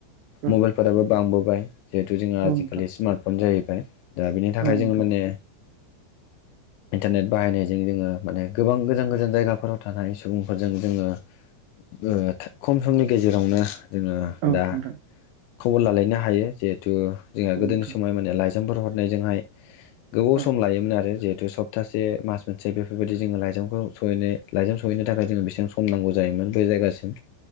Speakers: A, on the right; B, on the left.
A: औ
B: मबाइलफोराबो बांबोबाय जिहेथु जोंहा
A: औ
B: आजिखालि
A: नोंथां
B: स्मार्टफन जाहैबाय दा बेनि
A: औ
B: थाखाय
A: नोंथां
B: जोङो माने इन्टारनेट बाहायनायजों जोङो माने गोबां गोजान गोजान जायगाफोराव थानाय सुबुंफोरजों जोङो ओ खम समनि गेजेरावनो जोङो
A: औ नोंथां
B: दा खबर लालायनो हायो जिहेथु जोंहा
A: औ
B: गोदोनि
A: नोंथां
B: समाव माने लाइजामफोर हरनायजोंहाय गोबाव
A: औ
B: सम लायोमोन आरो जिहेतु सब तासे मास मोनसे बेफोरबायदि जोङो लाइजामखौ सहैनो लाइजाम सहैनो थाखाय जो बेसेबां स हमनांगौ जायोमोन बे जायगासिम